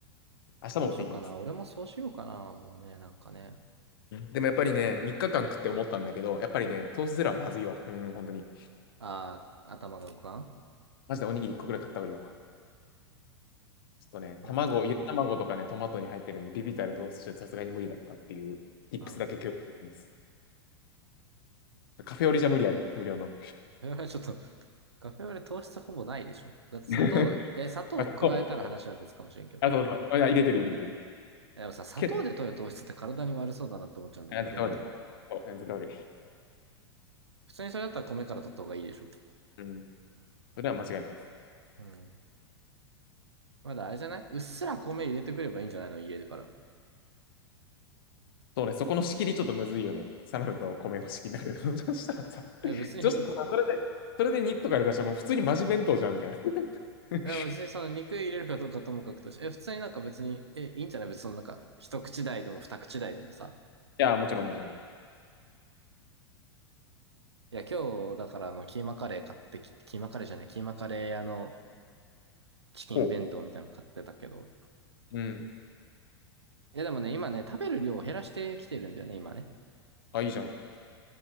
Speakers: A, on the left (about 55°); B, on the right (about 80°).
A: 明日も持っていきます。
B: どうしようかな。俺もそうしようかな。もうね、なんかね。
A: でもやっぱりね、3日間食って思ったんだけど、やっぱりね、トースゼロはまずいわ。うん、本当に。
B: ああ、頭が五感
A: マジでおにぎり1個くらい買った方がいいわ。ちょっとね、
B: うん。
A: 卵、ゆで卵とかね、トマトに入ってるんで、ビビたる糖質じゃさすがに無理だったっていう、tips
B: うん。
A: だけ共有できます。カフェオレじゃ無理ある、無料の。
B: カフェオレ <laughs> ちょっと、カフェオレ糖質ほぼないでしょ。だって砂糖、
A: <laughs>
B: え、砂糖加えたら話は別かもしれんけど。
A: あ、そう。あ、そうそう。あ、入れてる入れてる。
B: やっぱさ、砂糖で取る糖質って体に悪そうだなって思っちゃうんだけど、
A: けど、あ、絶対悪い。
B: どうなの
A: そうあ絶対悪い。
B: 普通にそれだったら米から取った方がいいでしょ。
A: うん。それは間違いないです。
B: うん。まだあれじゃないうっすら米入れてくればいいんじゃないの家から。
A: そうね、そこの仕切りちょっとむずいよね。サラダと米の仕切りだけど。<laughs> そしたらさ、
B: え、別に、
A: そしたらさそれで、それで肉とかで出したらもう普通にマジ弁当じゃんみたいな。<laughs>
B: <laughs>
A: い
B: え別にその肉入れるかどうかともかくとして、え、普通になんか別に、え、いいんじゃない別にそのなんか、一口大でも二口大でもさ。
A: や、もちろんもちろん。
B: いや、今日、だからあの、キーマカレー買ってき、キーマカレーじゃない、キーマカレー屋のチキン弁当みたいなの買ってたけど。
A: ほう。うん。
B: いや、でもね、今ね、食べる量を減らしてきてるんだよね、今ね。
A: あ、いいじゃん。